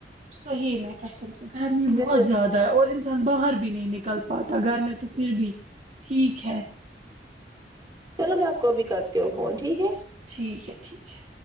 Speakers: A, on the right (about 40°); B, on the right (about 25°).
A: صحیح میں کسم سے گرمی
B: جیسے
A: بہت زیادہ ہے اور انسان باہر بھی نہیں نکل پاتا گھر میں تو پھر بھی ٹھیک ہے
B: چلو میں آپ کو ابھی کرتی ہوں فون ٹھیک ہے
A: ٹھیک ہے ٹھیک ہے